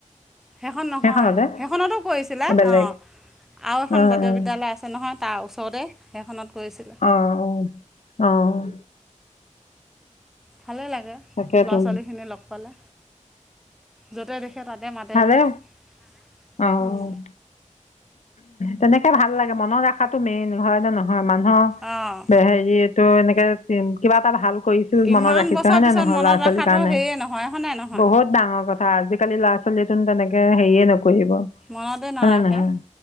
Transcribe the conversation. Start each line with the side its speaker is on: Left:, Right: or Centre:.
Centre: সেইখন নহয়
Left: সেইখনতে
Centre: সেইখনতো কৰিছিলে!
Left: বেলেগ
Centre: অঁ আৰু এখন
Left: অঁ
Centre: জাতীয়
Left: অঁ
Centre: বিদ্যালয় আছে নহয়! তাৰ ওচৰতে সেইখনত কৰিছিলে।
Left: অ', অ'
Centre: ভালেই লাগে,
Left: তাকেতো
Centre: ল'ৰা ছোৱালীখিনি লগ পালে! য'তে দেখি। এছে ততে মতে
Left: ভালে
Centre: দে যে।
Left: অঁ তেনেকে ভাল লাগে মনত ৰখাতটো মেইন হয় নে নহয় মানুহৰ
Centre: অঁ
Left: হেৰি এইটো এনেকেম কিবা এটা ভাল কৰিছিল
Centre: ইমান
Left: মনত ৰাখিছে
Centre: বছৰ
Left: হয়ে নে
Centre: পিছত
Left: নহয়
Centre: মনত
Left: ল'ৰা ছোৱালী
Centre: ৰখাটো
Left: সেই কাৰণে
Centre: হেৰিয়ে নহয় হয়নে নহয়
Left: বহুত ডাঙৰ কথা আজিকালি ল'ৰা ছোৱালী তোন তেনেকে হেৰিয়ে নকৰিব!
Centre: মনতে নাৰখে,
Left: হয় নে নহয়